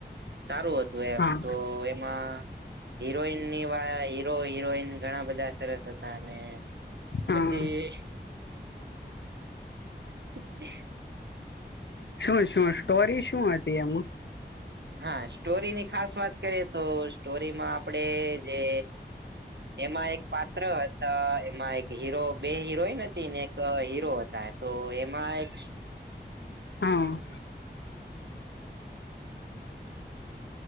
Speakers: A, on the right (about 75°); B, on the left (about 85°).
A: સારું હતું એમ
B: હા
A: તો એમાં હિરોઈન ની વાય હીરો હિરોઈન ઘણા બધા સરસ. અને પછી?
B: હા
A: અ.
B: છોળ શું સ્ટોરી શું હતી એમ.
A: હા સ્ટોરીની ખાસ વાત કરીએ તો સ્ટોરીમાં આપણેે જે એમાં એક પાત્ર હતા એમા થાય ક હીરો બે હિરોઈન હતી ને એક હીરો હતા તો એમાં એક
B: હા.